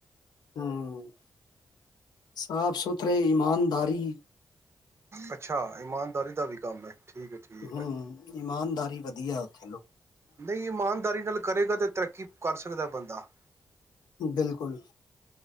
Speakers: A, on the left; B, on the right.
A: ਹਮ ਸਾਫ਼ ਸੁਥਰੇ ਈਮਾਨਦਾਰੀ
B: ਅੱਛਾ ਇਮਾਨਦਾਰੀ ਦਾ ਵੀ ਕੰਮ ਹੈ ਠੀਕ ਹੈ ਠੀਕ
A: ਹਮ
B: ਹੈ
A: ਇਮਾਨ ਾਰੀ ਵਧੀਆ ਉਥੇ
B: ਨਹੀਂ ਇਮਾਨਦਾਰੀ ਨਾਲ ਕਰੇਗਾ ਤੇ ਤਰੱਕੀ ਕਰ ਸਕਦਾ ਬੰਦਾ
A: ਬਿਲਕੁਲ